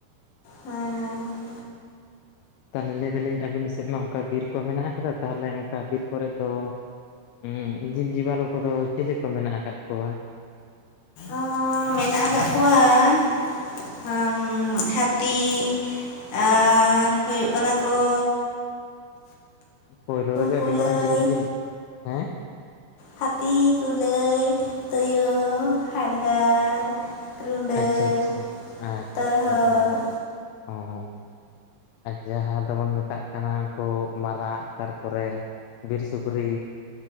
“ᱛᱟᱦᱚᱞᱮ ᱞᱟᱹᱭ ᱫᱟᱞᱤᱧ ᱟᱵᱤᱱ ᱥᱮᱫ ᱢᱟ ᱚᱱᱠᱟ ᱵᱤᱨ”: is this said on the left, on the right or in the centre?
Left